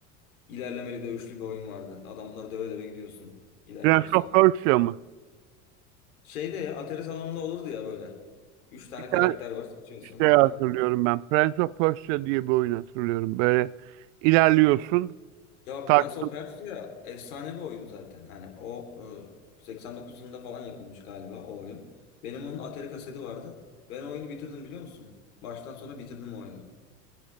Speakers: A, on the left; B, on the right.
A: ilerlemeli dövüşlü bir oyun vardı. Adamları döve döve gidiyorsun. ilerliyorsun.
B: Prince of Persia mı?
A: Şeyde ya Atari salonunda olurdu ya böyle. Üç tane
B: Bir tane
A: karakter var seçiyorsun.
B: şey hatırlıyorum
A: <laughs>
B: ben. Prince of Persia diye bir oyun hatırlıyorum. Böyle ilerliyorsun.
A: Ya
B: Takip
A: Prince of Persia efsane bir oyun zaten. Hani o e, 89 yılında falan yapılmış galiba o oyun. Benim onun Atari kaseti vardı. Ben o oyunu bitirdim biliyor musun? Baştan sona bitirdim o oyunu.